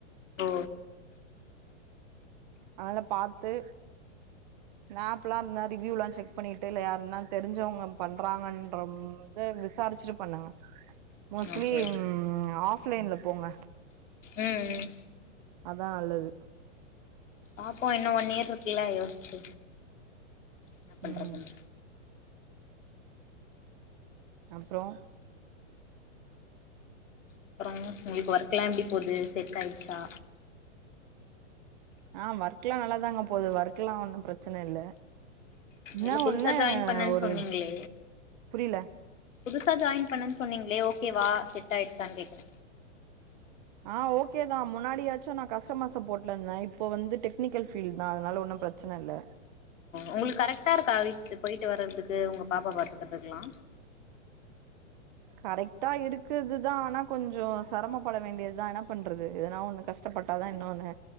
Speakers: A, on the left (about 75°); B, on the right (about 35°).
A: ஓ
B: அதெல்ல பாத்து மேப்லா இந்மாரி வியூ லா செக் பண்ணிட்டு இல்ல யாருனா தெரிஞ்சவ பண்றாங்கன்ற து விசாரிச்சிட்டு பண்ணுங்க மோஸ்லி
A: ஓகே
B: ம் ஆஃப் லைன்ல போங்க
A: ம் ம்
B: அதா நல்லது
A: பாப்போ இன்னு ஒன் இயர் இருக்குல்ல யோஸ்ச்சி என்ன பண்றதுனு
B: ம் அப்புறோ
A: அப்புற உங்ளுக்கு ஒர்க் எல்லா எப்டி போது செட் ஆயிடுச்சா
B: ஆ ஒர்க் எல்லா நல்லாதாங்க போது ஒர்க் எல்லா ஒன்னும் பிரச்சன இல்ல என்ன
A: இல்ல புதுசா
B: ஒன்னு
A: ஜாயின் பண்ணன்
B: ஒரு
A: சொன்னீங்களே
B: புரில
A: புதுசா ஜாயின் பண்ணன் சொன்னீங்களே ஓகேவா செட் ஆயிடுச்சான் கேக்குற
B: ஆ ஓகே தா முன்னாடியாச்சு நா கஸ்டமர்ஸ போட்ல இருந்தே இப்போ வந்து டெக்னிக்கல் ஃபீல் தா அதனால ஒன்னும் பிரச்சன இல்ல
A: உங்களுக் கரெக்ட்டா இருக்கா போயிட்டு வர்றதுக்கு உங்க பாப்பா பாத்துக்கறதுக்கெலா
B: கரெக்ட்டா இருக்குதுதா ஆனா கொஞ்ச சிரமப்பட வேண்டியதுதா என்ன பண்றது எதனா ஒண்ணு கஷ்டப்பட்டாதா இன்னொன்னு